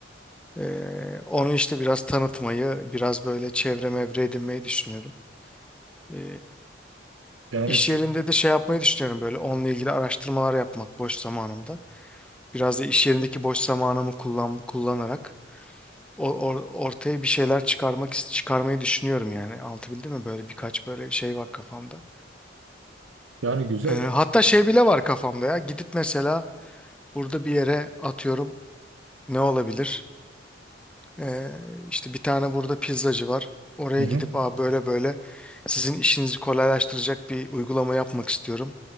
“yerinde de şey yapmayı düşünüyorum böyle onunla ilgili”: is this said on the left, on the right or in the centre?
Centre